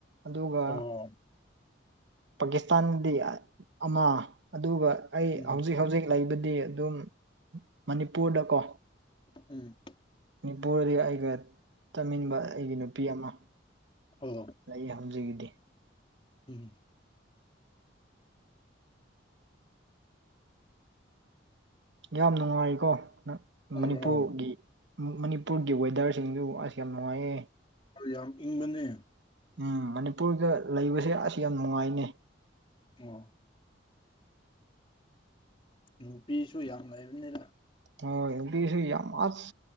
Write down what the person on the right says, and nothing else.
ꯑꯗꯨꯒ
ꯄꯥꯀꯤꯁꯇꯥꯟꯗꯤ ꯑꯃ ꯑꯗꯨꯒ ꯑꯩ
ꯍꯧꯖꯤꯛ ꯍꯧꯖꯤꯛ ꯂꯩꯕꯗꯤ ꯑꯗꯨꯝ ꯃꯅꯤꯄꯨꯔꯗꯀꯣ
ꯃꯅꯤꯄꯨꯔꯗꯗꯤ ꯑꯩꯒ ꯆꯥꯅꯕ ꯑꯩꯒꯤ ꯅꯨꯄꯤ ꯑꯃ
ꯑꯩ <unintelligible>
ꯌꯥꯝ ꯅꯨꯡꯉꯥꯏꯀꯣ ꯅ
ꯃꯅꯤꯄꯨꯔꯒꯤ ꯃꯅꯤꯄꯨꯔꯒꯤ ꯋꯦꯗꯔꯁꯤꯡꯗꯨ ꯑꯁ ꯌꯥꯝ ꯅꯨꯡꯉꯥꯏꯌꯦ
ꯎꯝ ꯃꯅꯤꯄꯨꯔꯒ ꯂꯩꯕꯁꯦ ꯑꯁ ꯌꯥꯝ ꯅꯨꯡꯉꯥꯏꯅꯦ
ꯍꯣꯏ ꯅꯨꯄꯤꯁꯨ ꯌꯥꯝ ꯑꯁ